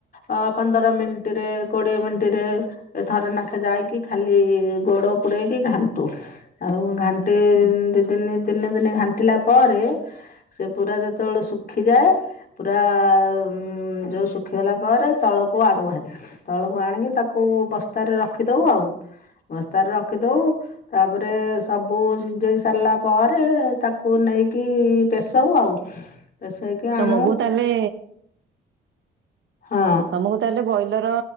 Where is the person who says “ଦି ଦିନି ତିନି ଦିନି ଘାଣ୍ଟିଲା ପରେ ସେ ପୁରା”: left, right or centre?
Left